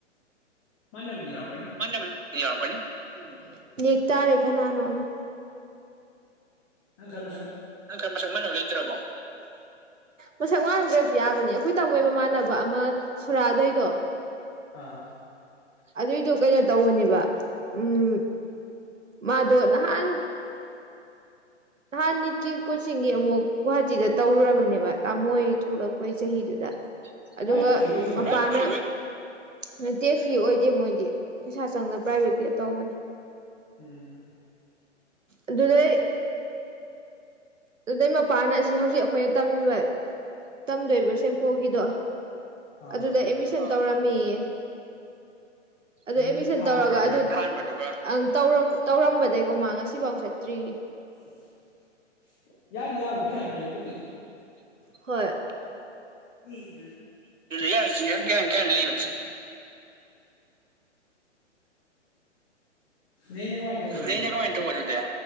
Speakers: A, on the left (about 20°); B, on the right (about 85°).
A: ꯃꯥꯟꯅꯕꯗꯤ ꯌꯥꯎꯔꯛꯀꯅꯤ
B: ꯃꯥꯟꯅꯕꯗꯤ ꯌꯥꯎꯔꯛꯀꯅꯤ ꯅꯦꯛꯇꯥꯔꯦ ꯀꯅꯥꯅꯣꯝ ꯑꯃ
A: ꯅꯪ ꯈꯝ
B: ꯅꯪ ꯈꯥ ꯃꯁꯛ ꯃꯥꯟꯅꯕ ꯂꯩꯇ꯭ꯔꯕꯣ ꯃꯁꯛ ꯃꯟꯅꯗ꯭ꯔꯁꯨ ꯌꯥꯕꯅꯤ ꯑꯈꯣꯏ ꯇꯧꯋꯦ ꯃꯃꯥꯟꯅꯕ ꯑꯃ ꯁꯣꯔꯥꯗꯩꯗꯣ
A: ꯑꯥ
B: ꯑꯗꯨꯏꯗꯣ ꯀꯩꯅꯣ ꯇꯧꯕꯅꯦꯕ ꯎꯝ ꯃꯥꯗꯣ ꯅꯍꯥꯟ ꯅꯍꯥꯟ ꯅꯤꯠꯀꯤ ꯀꯣꯆꯤꯡꯒꯤ ꯑꯃꯨꯛ ꯒꯨꯍꯥꯇꯤꯗ ꯇꯧꯔꯨꯔꯕꯅꯤ ꯕ ꯇꯥꯃꯣ ꯍꯣꯏ ꯊꯣꯛꯂꯛꯄꯩ ꯆꯍꯤꯗꯨꯗ ꯑꯗꯨꯒ
A: ꯃꯥꯏ ꯐ꯭ꯔꯤ ꯑꯣꯏꯈꯤꯕ꯭ꯔꯥ
B: ꯃꯄꯥꯅ ꯅꯠꯇꯦ ꯐ꯭ꯔꯤ ꯑꯣꯏꯗꯦ ꯃꯣꯏꯗꯤ ꯄꯩꯁꯥ ꯆꯪꯅ ꯄ꯭ꯔꯥꯏꯚꯦꯠꯀꯤꯗ ꯇꯧꯕꯅꯦ
A: ꯎꯝ
B: ꯑꯗꯨꯗꯩ <inaudible> ꯑꯗꯨꯗꯩ ꯃꯄꯥꯅ ꯑꯁꯤ ꯍꯧꯖꯤꯛ ꯑꯩꯈꯣꯏꯅ ꯇꯝꯃꯤꯕ ꯇꯝꯗꯣꯏꯕ ꯁꯦꯝꯀꯣꯒꯤꯗꯣ
A: ꯑꯥ
B: ꯑꯗꯨꯗ ꯑꯦꯃꯤꯁꯟ ꯇꯧꯔꯝꯃꯤꯌꯦ ꯑꯗꯨ
A: ꯄꯔꯃꯤꯅ
B: ꯑꯦꯗꯃꯤꯁꯟ
A: ꯊꯥꯍꯟꯕ
B: ꯇꯧꯔꯒ
A: ꯑꯗꯨꯒ
B: ꯑꯗꯨ ꯑꯪ ꯇꯧꯔꯝ ꯇꯧꯔꯝꯕꯗꯩꯒꯣ ꯃꯥ ꯉꯁꯤꯐꯥꯎ ꯆꯠꯇ꯭ꯔꯤꯌꯦ
A: <unintelligible> ꯌꯥꯗꯤ ꯌꯥꯕꯟ ꯄꯩꯁꯥ ꯄꯤꯔꯕꯨꯗꯤ
B: ꯍꯣꯏ
A: ꯎꯝ
B: ꯌꯥꯎꯁꯤ <unintelligible> ꯂꯩꯕꯟ <inaudible>
A: ꯅꯩꯅ ꯀꯃꯥꯏꯅ ꯇꯧꯕ ꯑꯗꯨꯗꯤ
B: ꯅꯩꯅ ꯀꯃꯥꯏ ꯇꯧꯕ ꯑꯗꯨꯗꯦ